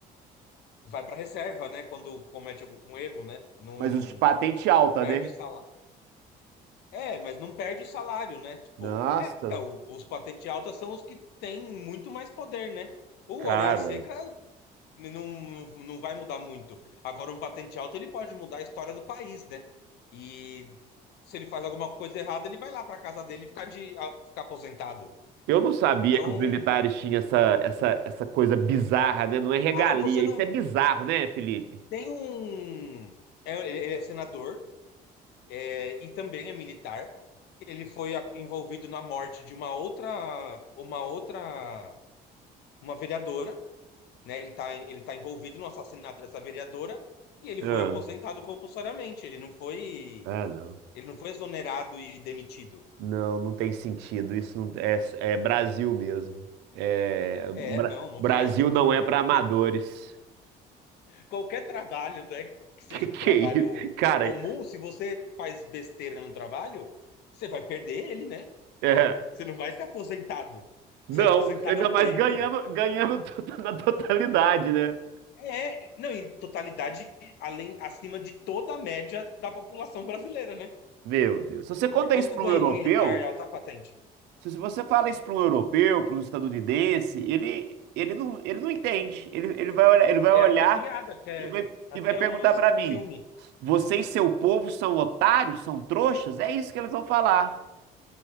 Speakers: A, on the left; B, on the right.
A: vai para reserva, né? Quando comete algum erro, né? Não,
B: mas os de patente alta,
A: não perde
B: né?
A: o salário. É, mas não perde o salário, né? Tipo,
B: Nossa,
A: é, o- os patente alta são os que têm muito mais poder, né? O
B: Cara,
A: orelha seca não, não, não vai mudar muito. Agora, um patente alto, ele pode mudar a história do país, né? E se ele faz alguma coisa errada, ele vai lá para casa dele ficar de a- ficar aposentado.
B: eu não sabia
A: Então,
B: que os militares tinham essa, essa, essa coisa bizarra, né? Não é regalia.
A: ah, você não
B: Isso é bizarro, né, Felipe?
A: tem um. é- ele ele é senador, é, e também é militar. Ele foi a- envolvido na morte de uma outra, uma outra, uma vereadora, né? Ele tá, ele tá envolvido no assassinato dessa vereadora. E ele
B: Ah.
A: foi aposentado compulsoriamente. Ele não foi.
B: ah, não.
A: Ele não foi exonerado e demitido.
B: Não, não tem sentido. Isso não- é, é Brasil mesmo. É, Bra-
A: É, não, não
B: Brasil
A: faz.
B: não é para amadores.
A: Qual-
B: <laughs>
A: Qualquer trabalho, né, que seja
B: Que que
A: um trabalho
B: é isso? Cara,
A: comum, se você faz besteira no trabalho, você vai perder ele, né?
B: é,
A: Você não vai ser aposentado.
B: não,
A: Ser aposentado
B: ainda
A: é um
B: mais
A: prêmio.
B: ganhando, ganhando <laughs> to- na totalidade, né?
A: É, não, em totalidade, além, acima de toda a média da população brasileira, né?
B: Meu Deus. Se você conta
A: E quanto
B: isso para
A: ganha
B: um europeu,
A: um militar alta patente?
B: se se você fala isso para um europeu, para um estadunidense, ele, ele não, ele não entende. Ele, ele vai olhar, ele vai
A: É,
B: olhar
A: acho que é piada, acho que é,
B: e vai,
A: acho
B: e vai
A: que
B: perguntar
A: é umas-
B: para
A: um
B: mim:
A: filme.
B: vocês, seu povo, são otários, são trouxas? É isso que eles vão falar.